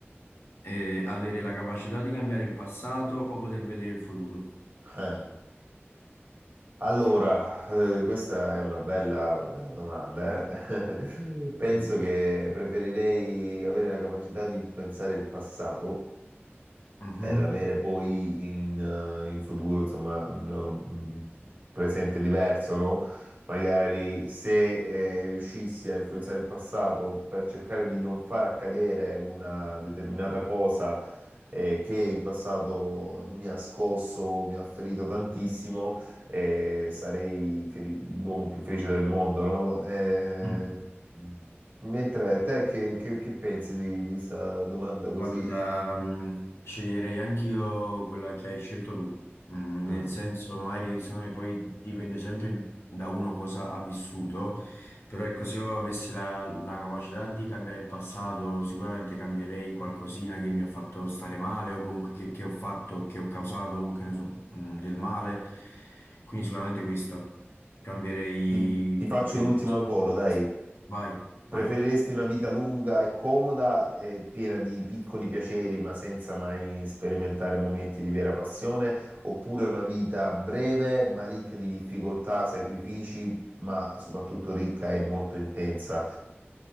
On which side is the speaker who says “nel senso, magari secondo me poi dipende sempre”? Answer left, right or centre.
Left